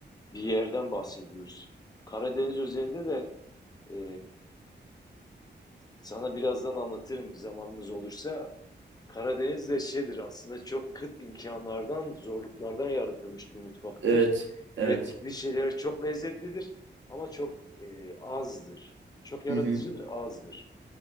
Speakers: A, on the left; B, on the right.
A: bir yerden bahsediyoruz. Karadeniz üzerinde de e, sana birazdan anlatırım zamanımız olursa. Karadeniz de şeydir aslında çok kıt imkanlardan, zorluklardan yaratılmış bir mutfaktır.
B: Evet. Evet.
A: Ürettikleri şeyler çok lezzetlidir ama çok e, azdır. Çok yaratıcıdır,
B: Hı hı.
A: azdır.